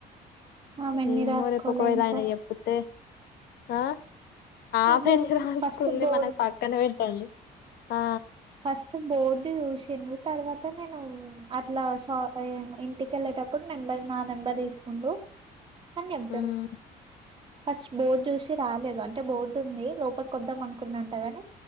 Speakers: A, on the right (about 30°); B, on the left (about 70°).
A: ఆమె ఎన్ని
B: ఏమో
A: రాసుకోలే
B: రేపు ఒకవేళ
A: ఇంకా
B: ఆయన చొప్పితే ఆ ఆఫే
A: అదే
B: ఎందుకు రాస్తుంది
A: ఫస్ట్ బోర్డ్
B: మనకు పక్కన పెట్టండి ఆ
A: ఫస్ట్ బోర్డు చూసింది తర్వాత నేను అట్లా ఆ ఏం ఇంటికెళ్ళేటప్పుడు మెంబర్ నా నెంబర్ తీసుకుండు కాని ఎం
B: ఉమ్
A: ఫస్ట్ బోర్డ్ చూసి రాలేదు అం బోర్డు ఉంది లోపలి కొద్దాం అనుకున్నంట గాని